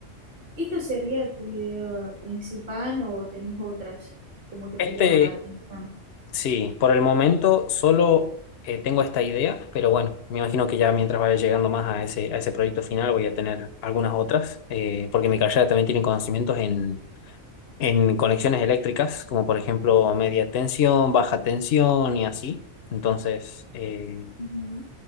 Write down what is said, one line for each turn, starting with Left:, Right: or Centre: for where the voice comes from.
Right: ¿Esta sería tu idea principal o tenés otras como que
Left: Este,
Right: te llama la atención?
Left: sí, por el momento solo eh, tengo esta idea, pero bueno, me imagino que ya mientras vaya llegando más a ese, a ese proyecto final voy a tener algunas otras, eh, porque mi carrera también tiene conocimientos en, en conexiones eléctricas, como por ejemplo media tensión, baja tensión y así. Entonces, eh,
Right: Ujú.